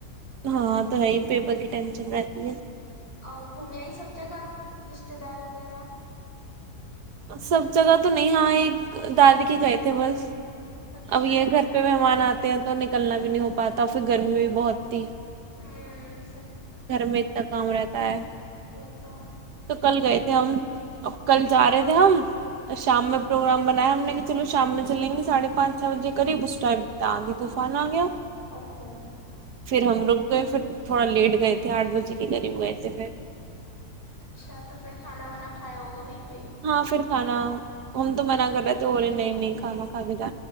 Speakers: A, on the right; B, on the left.
A: ہاں تو ہےی پیپر کی ٹینشن رہتی ہے
B: اور گھومیائی سب جگہ رشتتے دار وغیرہ
A: سب جگہ تو نہیں ہاں ایک دادی کے گئے تھے بس
B: اچھا
A: اب یہ گھر پہ مہمان آتے ہیں تو نکلنا بھی نہیں ہو پاتا پھر گرمی بھی بہت تھی
B: ہاں
A: گھر میں اتنا کام رہتا ہے
B: وہی تو
A: تو کل گئے تھے ہم ا کل جا رہے تھے ہم اور شام میں پروگرام بنایا ہم نے کہ چل شام میں چلیں گی ساھے پان چھ بجے کریب اس ائم آی طوفان آ گیا
B: اوکے
A: پھر ہم لوگ گئے پھر تھوڑا لیٹ گئے تھے آٹھ بجے کے قریب گئے تھے پھر
B: اچھا تو پھر کھانا وانا کھایا ہوگا وہیں پہ ہی
A: ہاں پھر کھانا ہمم تو منع کر رہا تو ہو رہے نہیں نہیں کھانا کھاےتا